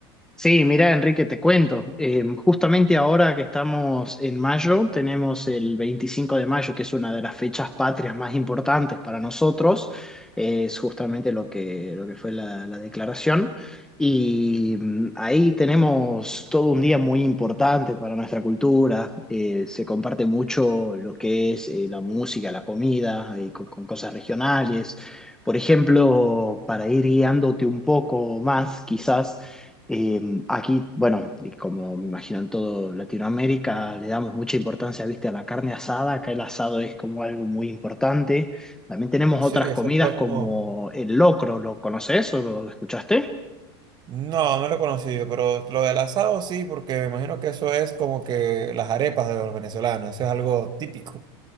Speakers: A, in the centre; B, on the right.
A: Sí, mira, Enrique, te cuento. Eh, justamente ahora que estamos en mayo, tenemos el 25 de mayo, que es una de las fechas patrias más importantes para nosotros. Eh, es justamente lo que, lo que fue la, la declaración. Y mm, ahí tenemos todo un día muy importante para nuestra cultura. Eh, se comparte mucho lo que es eh, la música, la comida, y con con cosas regionales. Por ejemplo, para ir guiándote un poco más, quizás. Eh, aquí, bueno, y como me imagino en todo Latinoamérica, le damos mucha importancia, viste, a la carne asada. Acá el asado es como algo muy importante. También tenemos
B: Sí,
A: otras
B: eso
A: comidas
B: es como,
A: como el locro. ¿Lo conoces o lo escuchaste?
B: No, no lo he conocido, pero lo del asado sí, porque me imagino que eso es como que las arepas de los venezolanos, eso es algo típico